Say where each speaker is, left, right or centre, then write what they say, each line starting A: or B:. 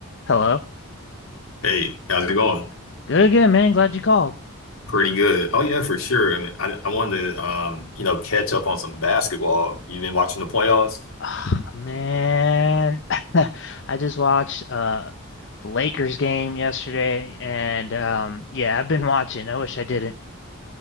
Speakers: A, on the left (about 55°); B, on the left (about 70°).
A: Hello.
B: Hey, how's it going?
A: Good again, man. Glad you called.
B: Pretty good. Oh yeah, for sure. And I, I wanted to, um, you know, catch up on some basketball. You've been watching the playoffs?
A: Ah, man, <laughs> I just watched uh the Lakers game yesterday and um yeah, I've been watching. I wish I didn't.